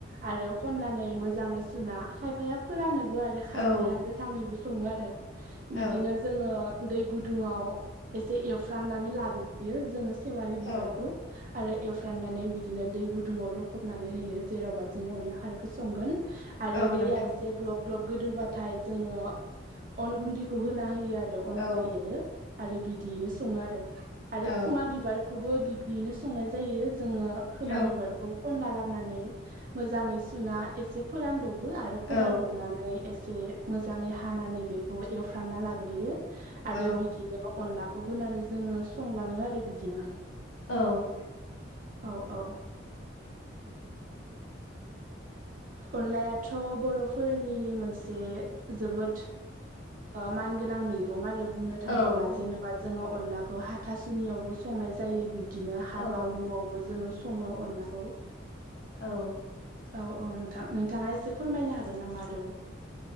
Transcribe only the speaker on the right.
आरो खननानै मोजाङै सुना खायफाया फोरान नोबो आरो खायफाया
गोथाङैबो सङो आरो बिदिनो
जोङो। दै गुदुङाव एसे एवफ्राननानै लाग्रोयो जोङो। सेवालि बिबारखौ
आरो एवफ्राननानै बि दिनो दै गुदुंङाव लखबनानै होयो जेरावबा जोंङो अनला खारैखौ संगोन। आरो
दैया
एसे ग्लब ग्लब गोदौबाथाय जोङो अन गुन्दैखौ होना हो रो अनखौ
एरो आरो बिदियैनो सङो आरो आरो
खोमा बिबारखौबो बिब्दिनो संनाय जायो जोङो खोमा
बिबारखौ खनला ला बनानै मोजाङै सुना एसे फोरानदबो आरो फोरानदबनानै
एसे मोजाङै हानानै बेखौ एवफ्रानना लाग्रोयो आरो
बिदिनो अनला खौ होनानै जोङो संलाङो आरो बिदिनो।
औ औ अनलायाथ' बर'फोरनि मोनसे जोबोद। मानगोनां मैगं आरो। बुंनो थाङोब्ला
जेनेबा जोङो अनलाखौ हाथासुनियावबो संनाय जायो। बिदिनो
हाबा अ नुआवबो जोङो सङो अनलाखौ।
औ औ नोंथां नोंथाङा एसे फोरमायनो हागोन नामा आरोबाव